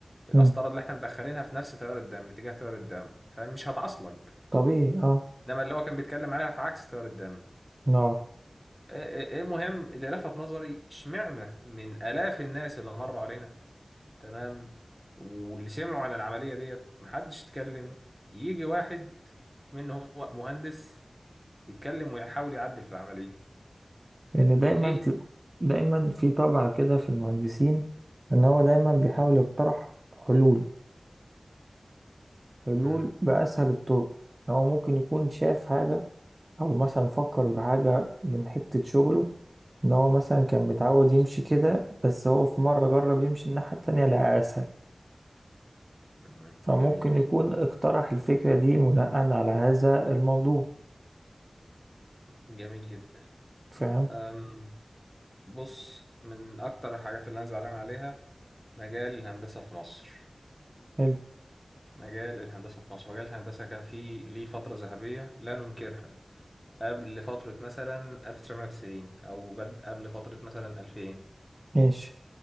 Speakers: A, in the centre; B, on the right.
A: القسطره
B: امم
A: اللي احنا مدخلينها في نفس تيار الدم اتجاه تيار الدم فمش هتعصلج
B: طبيعي اه
A: انما اللي هو كان بيتكلم عليها في عكس تيار الدم
B: اه
A: إيه- إيه- إيه المهم اللي لفت نظري اشمعنى من الاف الناس اللي مروا علينا تمام واللي سمعوا عن العملية ديت محدش اتكلم يجي واحد منه هو مهندس يتكلم ويحاول يعدل في العملية
B: لان دايما
A: ليه؟
B: تل- دايما في طبع كده في المهندسين ان هو دايما بيحاول يقترح حلول حلول
A: مم.
B: باسهل الطرق هو ممكن يكون شاف حاجة او مثلا فكر بحاجة من حتة شغله ان هو مثلا كان متعود يمشي كده بس هو في مرة جرب يمشي الناحية التانية لقى اسهل
A: مم.
B: فممكن
A: جميل جدا
B: يكون اقترح الفكرة دي بناء على هذا الموضوع
A: جميل جدا
B: فاهم
A: أم بص من أكتر الحاجات اللي أنا زعلان عليها مجال الهندسة في مصر
B: حلو
A: مجال الهندسة في مصر مجال الهندسة كان فيه ليه فترة ذهبية لا ننكرها قبل فترة مثلا 1990 أو بد... قبل فترة مثلا 2000
B: ماشي